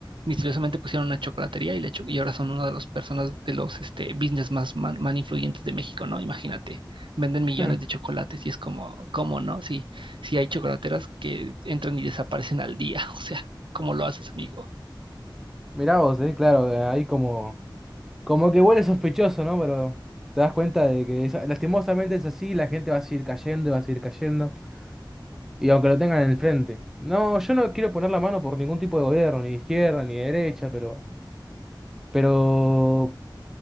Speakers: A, on the right (about 75°); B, in the centre.
A: misteriosamente pusieron una chocolatería y, la cho- y ahora son una de las personas, de los este, business más, más, más influyentes de México, ¿no? Imagínate, venden millones
B: Eh,
A: de chocolates y es como, ¿cómo, no? Si, si hay chocolateras que entran y desaparecen al día, <laughs> o sea. ¿Cómo lo haces, amigo?
B: Mirá vos, eh, claro, eh, ahí como, como que huele sospechoso, ¿no? Pero te das cuenta de que es- lastimosamente es así, la gente va a seguir cayendo y va a seguir cayendo, y aunque lo tengan en el frente. No, yo no quiero poner la mano por ningún tipo de gobierno, ni de izquierda, ni de derecha, pero, pero